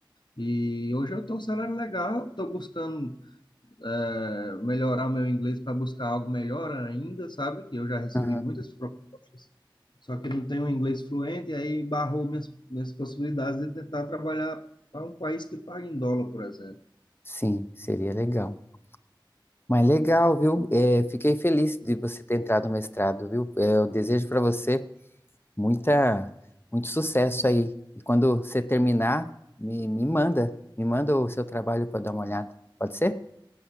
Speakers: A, on the left; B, on the left.
A: e hoje eu estou um salário legal, estou buscando é, melhorar meu inglês para buscar algo melhor ainda, sabe? Que eu já recebi
B: uhum.
A: muitas propostas, só que não tenho um inglês fluente, e aí barrou minhas, minhas possibilidades de tentar trabalhar para um país que paga em dólar, por exemplo.
B: Sim, seria legal. Mas legal, viu? É, fiquei feliz de você ter entrado no mestrado, viu? É, eu desejo para você muita, muito sucesso aí. E quando você terminar, me, me manda, me manda o seu trabalho para dar uma olhada. Pode ser?